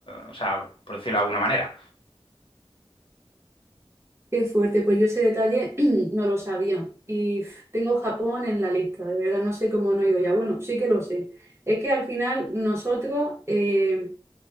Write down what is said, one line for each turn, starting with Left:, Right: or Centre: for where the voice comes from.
Left: o sea, por decirlo de alguna manera.
Right: Qué fuerte, pues yo ese detalle <clears throat> no lo sabía. Y pf, tengo Japón en la lista, de verdad no sé cómo no he ido ya. Bueno, sí que lo sé. Es que al final nosotros, eh,